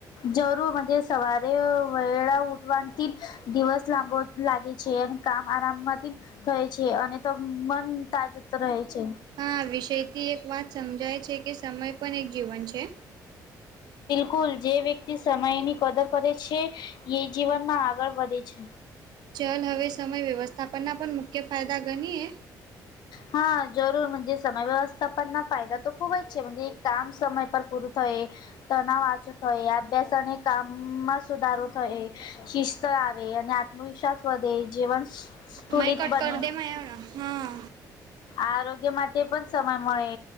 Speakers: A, on the left; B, on the right.
A: જરૂુજ સવારે વેળલા ઉઠવા તી, દિવસ લાંબો લાગે છે અને કામ આરામમાંથી થાય છે અને મન તાજું રહે છે.
B: હા વિષયથી એક વાત સમજાય છે કે સમય પણ એક જીવન છે.
A: કુલ જે વ્યક્તિ સમયની કદર કરે છે, એ જીવનમાં આગળ વધે છે.
B: ચલ હવે સમય વ્યવસ્થાપનના પણ મુખ્ય ફાયદા ગણીએ.
A: હા જરૂર જે સમય વ્યવસ્થા પનના ફાયદા તો ખૂબ જ છે જે કામ સમય પર પૂરું થાય, તનાવા અભ્યાસ અને કામમાં સુધારો થાય શિસ્ત આવે, અને આત્મવિશ્વાસ વધે જીવન સંતુલિત
B: માય કટ
A: બને,
B: કર દે માય હા
A: આરોગ્ય માટે પણ સમય મળે.